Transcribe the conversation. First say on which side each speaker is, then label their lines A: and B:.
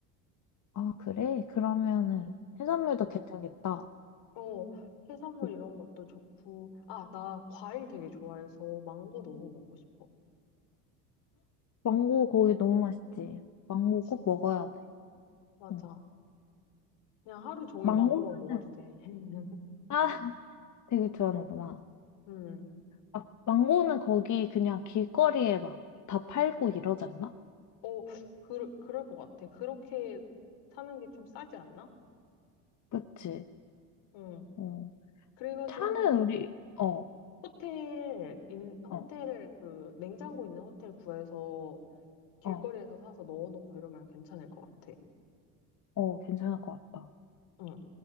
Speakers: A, on the left (about 40°); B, on the left (about 65°).
A: 아, 그래? 그러면은
B: 응.
A: 해산물도 괜찮겠다.
B: 어, 해산물
A: 응.
B: 이런 것도 좋고. 아, 나 과일 되게 좋아해서 망고 너무 먹고 싶어.
A: 망고 거기 너무 맛있지? 망고
B: 진.
A: 꼭 먹어야 돼.
B: 맞아.
A: 응.
B: 그냥 하루 종일
A: 망고?
B: 망고만 먹어도
A: 는
B: 돼. <laughs>
A: 아, 되게 좋아하는구나.
B: 음.
A: 막 망고는 거기 그냥 길거리에 막 다 팔고 이러지 않나?
B: 어, 그, 그럴 것 같아. 그렇게 사는 게 좀 싸지 않나?
A: 그치?
B: 응.
A: 어.
B: 그래가지고,
A: 차는 우리, 어,
B: 호텔, 인, 호텔을
A: 어,
B: 그, 냉장고 있는 호텔 구해서 길거리에서
A: 어,
B: 사서 넣어놓고 이러면 괜찮을 것 같아.
A: 어, 괜찮을 것 같다.
B: 응.